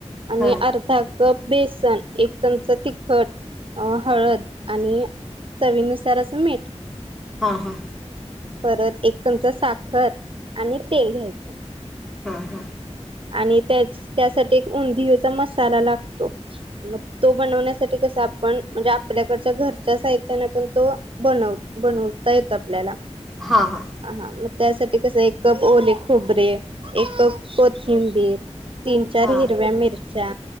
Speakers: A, on the right (about 50°); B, in the centre.
A: आणि
B: हां हां हां
A: अर्धा कप बेसन एक चमचा तिखट अ हळद आणि चवीनुसार असं मीठ.
B: हां हां हां
A: हम <inaudible> परत एक चमचा साखर आणि तेल घ्यायचं.
B: हा हा.
A: आणि त्याच त्यासाठी एक उंदियोचा मसाला लागतो मग तो बनवण्यासाठी कसा आपण म्हणजे आपल्याकडच्या घरच्या साहित्याने पण तो बनव बनवता येतं. आपल्याला
B: हां हां हां हां हां हां
A: आ हा म त्यासाठी कसं एक कप ओले खोबरे, एक कप कोथिंबीर तीन-चार
B: हां
A: हिरव्या मिरच्या